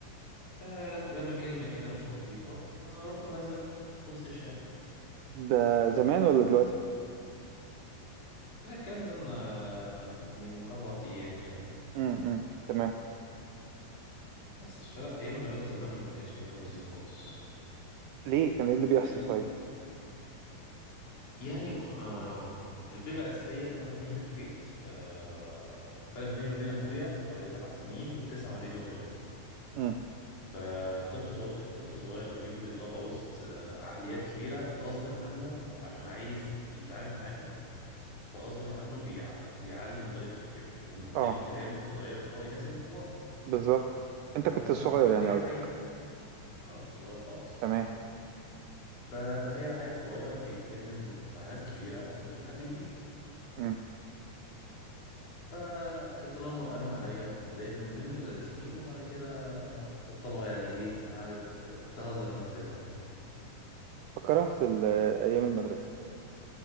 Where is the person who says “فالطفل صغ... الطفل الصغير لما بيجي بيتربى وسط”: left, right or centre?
Left